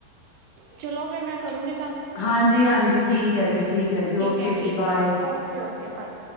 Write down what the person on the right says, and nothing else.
ਚਲੋ ਫੇਿਰ ਮੈਂ ਕਰੂਗੀ,
ਹੈ
ਠੀਕ
ਹੈ Okay -okay bye.